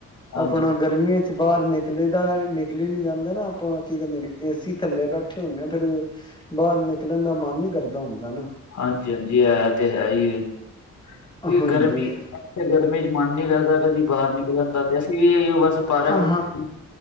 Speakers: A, on the left; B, on the left.
A: ਹਾਂਜੀ,
B: ਆਪਣਾ ਗਰਮੀਆਂ ਬਾਹਰ ਨਿਕਲੇ ਦਾ ਨਿਕਲੀ ਨਹੀਂ ਜਾਂਦਾ ਨਾ, ਆਪਾਂ ਕੀ ਕਹਿੰਦੇ ਨੇ ਏ ਸੀ ਥੱਲੇ ਬੈਠੇ ਹੁੰਦੇ ਫਿਰ ਬਾਹਰ ਨਿਕਲਣ ਦਾ ਮਨ ਨੀ ਕਰਦਾ ਹੁੰਦਾ ਨਾ।
A: ਹਾਂਜੀ, ਹਾਂਜੀ ਇਹ ਤੇ ਹੈ ਏ। ਇਹ
B: ਹਾਂਜੀ।
A: ਗਰਮੀ ਤੇ ਗਰਮੀ ਚ ਮਨ ਨੀ ਕਰਦਾ ਕਦੀ ਬਾਹਰ ਨਿਕਲਣ ਦਾ ਤੇ ਅਸੀਂ ਵੀ ਇਹੀ ਉਹ ਬਸ ਪਾਰਕ
B: ਹਾਂ
A: ਤਾਂ